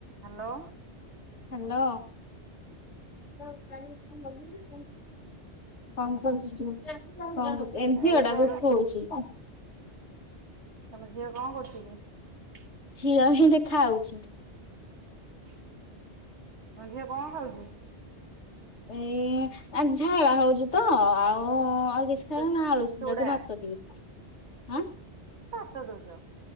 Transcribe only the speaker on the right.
ହାଲୋ।
ଏଇତ ରୋ
ତମ ଝିଅ କଣ କରୁଚି କି?
ହୁଁ ହୁଁ। ତମ ଝିଅ କଣ ଖାଉଚି?
ଚୁ
ଚୁଡା
ତ ଦୋଉଚ?